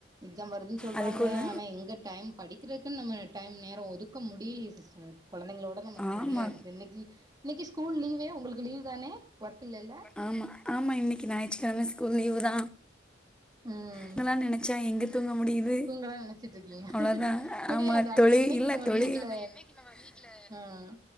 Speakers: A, on the right (about 20°); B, in the centre.
A: எக்ஸாம் வருதுன் சொல்றாங்க
B: அதுக்குள்ள
A: ஆனா எங்க டைம் படிக்கறக்குன்னு நம்ம டைம் நேரோ ஒதுக்க முடிலியே சிஸ்டர் கொழந்தைங்ளோட தா
B: ஆமா.
A: சரியா இருக்கு இன்னைக்கி இன்னைக்கி ஸ்கூல் லீவே உங்களுக்கு லீவ் தானே ஒர்க் இல்லேல
B: ஆமா ஆமா இன்னைக்கி ஞாயிற்றுக்கிழம ஸ்கூல் லீவு தா
A: ம்
B: இதெல்லா நெனச்சா எங்க தூங்க முடியுது
A: இதலா நனைச்சிட்டு இருக்கீங்க
B: அவ்வளோதான்.
A: முடியாது
B: ஆமா
A: ஆனா
B: தொழில்
A: என்னைக்கி
B: இல்ல
A: நம்ம வீட்ல
B: தொழில்
A: ம்